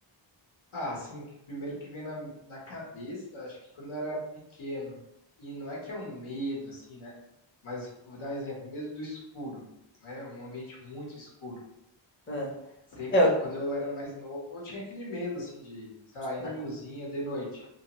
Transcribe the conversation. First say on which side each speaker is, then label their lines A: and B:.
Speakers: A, on the left; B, on the left.
A: Ah, assim, que primeiro que vem na, na cabeça, acho que quando eu era pequeno, e não é que é um medo, assim, né? Mas vou dar um exemplo, medo do escuro, né? Um ambiente muito escuro.
B: É,
A: Sempre,
B: É, eu
A: quando eu era mais novo, eu tinha aquele medo, assim, de, sei lá, ir
B: tenho.
A: na cozinha de noite.